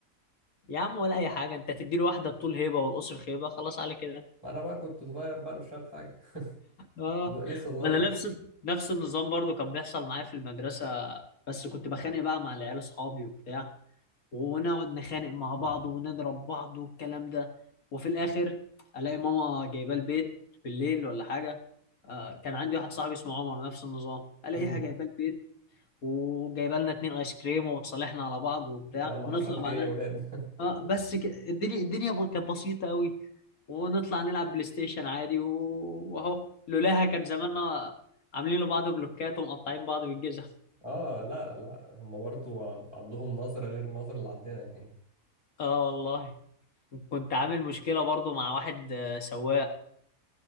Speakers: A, on the left (about 80°); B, on the right (about 25°).
A: يا عم ولا اي حاجه انت تديله واحده الطول هيبه والقصر خيبه خلاص على كده
B: ما انا بقى كنت صغير بقى مش فاهم حاجة <laughs>
A: اه
B: لسه صغير
A: ما انا نفس نفس النظام برضو كان بيحصل معايا في المدرسه بس كنت بخانق بقى مع العيال اصحابي وبتاع ونقعد نخانق مع بعض ونضرب بعض والكلام ده وفي الاخر الاقي ماما جايباه البيت بالليل ولا حاجه آه كان عندي واحد صاحبي اسمه عمر نفس النظام الاقيها
B: مم.
A: جايباه البيت وجايبه لنا اتنين ايس كريم وتصالحنا على بعض وبتاع
B: يلا
A: ونطلع
B: حصل خير
A: بعدها
B: يا ولاد <laughs>
A: اه بس ك... الدنيا الدنيا ب- كانت بسيطة قوي ونطلع نلعب بلاي ستيشن عادي و... واهو لولاها كان زماننا عاملين لبعض بلوكات ومقطعين بعض بالجزم
B: اه لا لا هم برضو عن- عندهم نظرة غير النظرة اللي عندنا يعني
A: اه والله كنت عامل مشكلة برضو مع واحد آه، سواق